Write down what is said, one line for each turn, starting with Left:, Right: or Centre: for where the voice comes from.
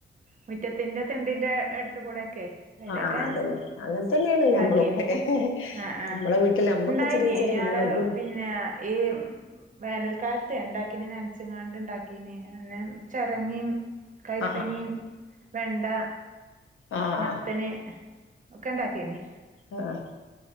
Right: മുറ്റത്തിന്റെ തിണ്ടിന്റെ അടുത്ത കൂടെ ഒക്കെ. അതിലൊക്കെ
Left: ആഹ് അതന്നെ അങ്ങനെ തന്നെയാണ്
Right: ണ്ടാക്കീനി
Left: ഞമ്മളൊക്കെ
Right: ആഹ് ആഹ്
Left: നമ്മളെ വീട്ടിൽ നമ്മക്ക്
Right: ഉണ്ടായിനി
Left: ചെറിയ ചെറിയ
Right: ഞാള്
Left: മുളകും
Right: പിന്നെ ഈ വേനൽക്കാലത്ത് ഉണ്ടാക്കിന നനച്ചങ്ങാണ്ട് ഉണ്ടാക്കി പിന്നെ അന്ന ചിരങ്ങിം കൈപ്പങ്ങിം
Left: ആഹ്
Right: വെണ്ട
Left: ആഹ്
Right: മത്തൻ ഒക്കെണ്ടാകീനി
Left: ആഹ്